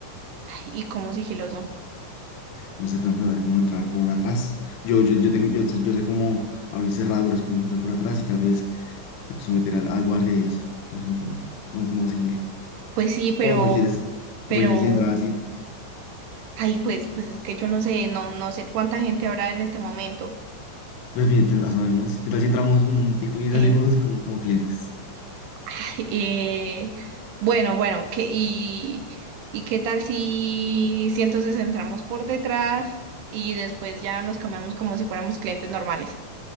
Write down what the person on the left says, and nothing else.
No sé, podemos tratar como de entrar por atrás. Yo, yo, yo, tengo, yo, sé- yo sé cómo abrir cerraduras, podemos entrar por atrás y tal vez se- someter al, al guardia y así. Y sometiendo. Vamos, vamos a seguirlo.
O prefieres,
o prefieres entrar así
Pues bien, te- asomémonos. ¿Qué tal si entramos un momentico y
salimos como, como clientes?